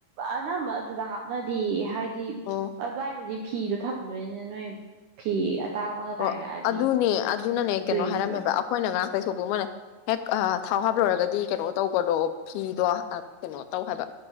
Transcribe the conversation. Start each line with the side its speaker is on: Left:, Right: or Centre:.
Right: ꯑꯅꯝꯕ ꯑꯗꯨꯗ ꯍꯥꯞꯅꯗꯤ ꯍꯥꯏꯗꯤ
Left: ꯑꯣ
Right: ꯑꯗꯨꯋꯥꯏꯗꯨꯗꯤ ꯐꯤꯗꯣ ꯊꯝꯗꯣꯏꯅ ꯅꯣꯏ ꯐꯤ ꯑꯇꯥꯡꯕꯒ
Left: ꯑꯣ
Right: ꯇꯥꯏꯔꯛꯑꯗꯤ
Left: ꯑꯗꯨꯅꯦ ꯑꯗꯨꯅꯅꯦ ꯀꯩꯅꯣ
Right: ꯆꯨꯏꯕ
Left: ꯍꯥꯏꯔꯝꯃꯦꯕ ꯑꯩꯈꯣꯏꯅ ꯉꯔꯥꯡ ꯇꯩꯊꯣꯛꯄ ꯃꯣꯏꯅ ꯍꯦꯛ ꯊꯥꯎ ꯍꯥꯞꯂꯨꯔꯒꯗꯤ ꯀꯩꯅꯣ ꯇꯧꯕꯗꯣ ꯐꯤꯗꯣ ꯀꯩꯅꯣ ꯇꯧ ꯍꯥꯏꯕ